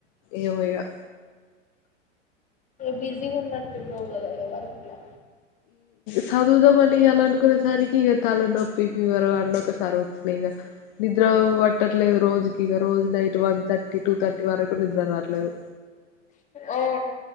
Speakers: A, on the left; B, on the left.
A: ఏమో ఇగా
B: బిజీ ఉన్నట్టున్నవ్ కదా వర్క్ ల
A: సదువుదాం అని ఇయాల అనుకునేసరికి ఇగ తల నొప్పి ఫివర్ అన్న ఒకసారి వస్త్ బెగా నిద్ర పట్టట్లేదు రోజుకిగా రోజు night one thirty two thirty వరకు నిద్రనట్లేదు
B: ఆ